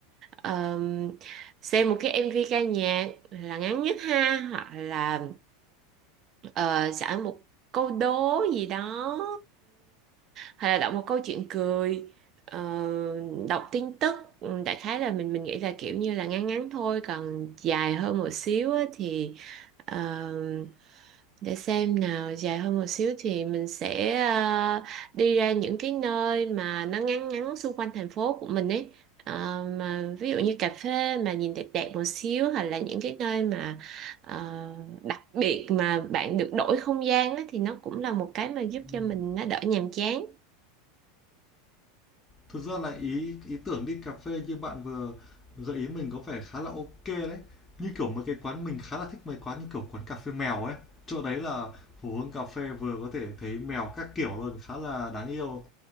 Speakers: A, on the right; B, on the left.
A: Ờ, xem một cái MV ca nhạc là ngắn nhất ha hoặc là ờ, sẵn một câu đố gì đó hay là đọc một câu chuyện cười ờ, đọc tin tức Ừ, đại khái là mình mình nghĩ là kiểu như là ngắn ngắn thôi còn dài hơn một xíu á, thì ờ, để xem nào dài hơn một xíu thì mình sẽ ờ, đi ra những cái nơi mà nó ngắn ngắn xung quanh thành phố của mình ấy Ờ, mà ví dụ như cà phê mà nhìn đẹp đẹp một xíu hoặc là những cái nơi mà ờ, đặc biệt mà bạn được đổi không gian á, thì nó cũng là một cái mà giúp
B: Ừm.
A: cho mình nó đỡ nhàm chán
B: Thực ra là ý ý tưởng đi cà phê như bạn vừa gợi ý mình có vẻ khá là ok đấy. Như kiểu mấy cái quán mình khá là thích mấy quán như kiểu quán cà phê mèo ấy. Chỗ đấy là phố hướng cà phê vừa có thể thấy mèo các kiểu luôn, khá là đáng yêu.